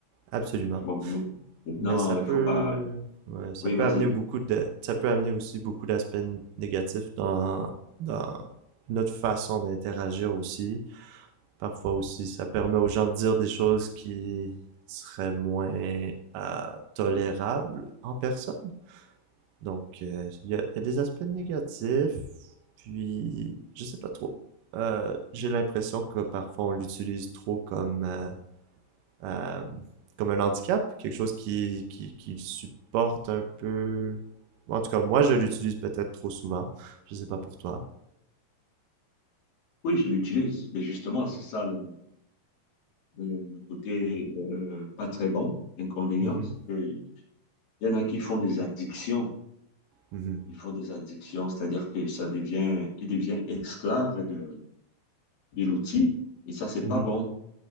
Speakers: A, on the right; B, on the left.
A: absolument.
B: Bon, maintenant,
A: Mais ça peut,
B: il faut pas.
A: ouais, ça
B: Oui,
A: peut
B: vas-y.
A: amener beaucoup de, ça peut amener aussi beaucoup d'aspects négatifs dans, dans notre façon d'interagir aussi. parfois aussi. Ça permet aux gens de dire des choses qui seraient moins euh, tolérables en personne. Donc, euh, il euh, y, a, y a des aspects négatifs, puis je sais pas trop. Euh, j'ai l'impression que parfois on l'utilise trop comme, euh, euh, comme un handicap, quelque chose qui, qui, qui supporte un peu. En tout cas, moi, je l'utilise peut-être trop souvent. Je sais pas pour toi.
B: Oui, je l'utilise. Mais justement, c'est ça le, le- le côté euh, pas très bon, inconvénient,
A: Mhm,
B: c'est que Il y en a qui font des addictions.
A: mhm,
B: Ils font des addictions, c'est-à-dire que ça devient, il devient esclave de, de l'outil. Et ça, c'est
A: mhm.
B: pas bon.